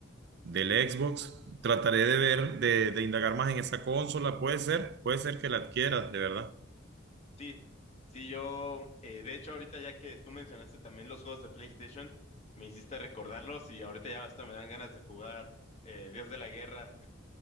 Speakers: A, on the right; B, on the left.
A: del Xbox. Trataré de ver, de, de indagar más en esa consola. Puede ser, puede ser que la adquieras, de verdad.
B: Sí, sí, yo, eh, de hecho, ahorita ya que tú mencionaste también los juegos de PlayStation, me hiciste recordarlos y ahorita ya hasta me dan ganas de jugar eh, Dios de la Guerra,